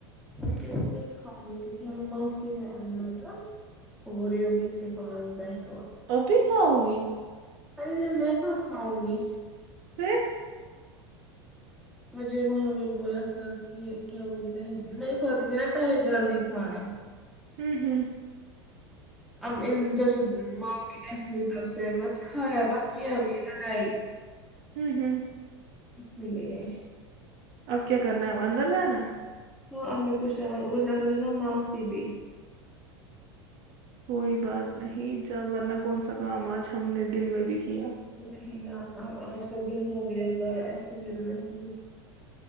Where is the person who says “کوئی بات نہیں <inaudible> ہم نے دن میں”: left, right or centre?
Right